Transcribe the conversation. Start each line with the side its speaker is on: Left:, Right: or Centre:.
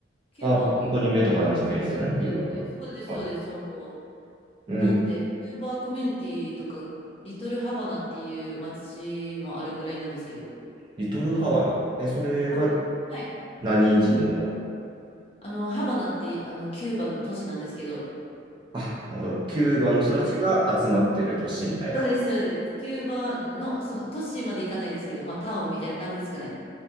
Left: キューバはもう、
Right: ああ、まあ本当に目と鼻の先ですよね、
Left: 情勢が良くないので、
Right: キューバだと。
Left: そうです、
Right: はい。
Left: そうです、本当。なんで、
Right: うん。
Left: キューバコミュニティとか、リトルハバナっていう街もあるぐらいなんですけど、
Right: リトルハバナ。え、それは
Left: ハバナ、はい。
Right: 何人の、
Left: あの、ハバナって、あの、キューバの都市なんですけど、
Right: あ、なるほど。キューバの人たちが集まってる都市みたいな、
Left: はいそうです、そうです。キューバの、その、都市まで行かないですけど、まあ、タウンみたいな感じですかね。